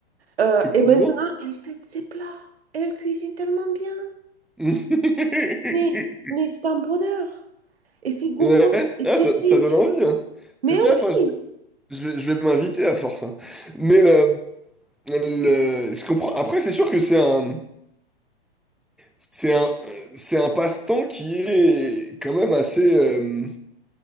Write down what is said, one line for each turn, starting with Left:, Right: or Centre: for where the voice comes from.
Right: Euh,
Centre: Effectivement.
Right: et maintenant, elle fait ses plats. Elle cuisine tellement bien.
Centre: <laughs>
Right: Mais, mais c'est un bonheur. Et c'est gourmand.
Centre: Ouais.
Right: Et
Centre: Ah,
Right: c'est
Centre: ça,
Right: riche.
Centre: ça donne envie. hein.
Right: Mais
Centre: Fais gaffe, hein,
Right: oui.
Centre: je, je vais, je vais m'inviter à force. hein. Mais le, le- je comprends. Après, c'est sûr que c'est un, c'est un, c'est un passe-temps qui est quand même assez, euh,